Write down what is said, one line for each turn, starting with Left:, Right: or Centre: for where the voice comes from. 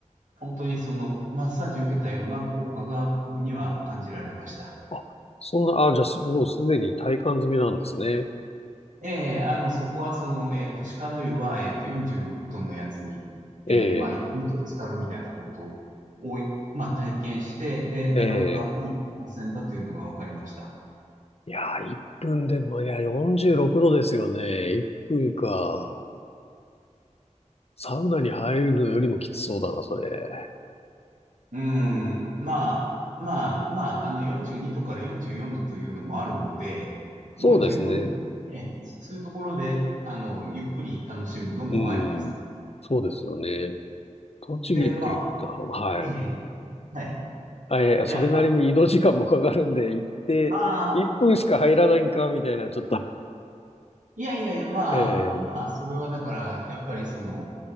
Right: 本当にその、マッサージ受けたような効果が僕には感じられました。
Left: あ、そんな、あ、じゃあ、すもうすでに体感済みなんですね。
Right: ええあの、そこはその、えっと、鹿の湯は、えっと、46度のやつに、えーまあ、
Left: ええ、
Right: 1日を浸かるみたいなことを、まあ、体験して、で、なかなかいい温泉だというのが分かりました。
Left: ええ。いやー、1分でも、いや、46度ですよね。1分か。サウナに入るのよりもきつそうだな、それ。
Right: うん、まあ、まあ、まあ、あの、42度から44度というのもあるので、
Left: そうですね。
Right: もう十分、ね、そそういうところで、あの、ゆっくり楽しむのもありです。
Left: うん。そうですよね。栃木って言った、
Right: で、まあ、
Left: はい。
Right: ねはい。
Left: あ、いやいや、
Right: いや、
Left: それなりに移動時間もかかるんで、行って、
Right: ああ、
Left: 1分しか入らないんか、みたいな、ちょっと
Right: いやいやいや、まあ、
Left: ええ
Right: まあ、それはだから、やっぱりその、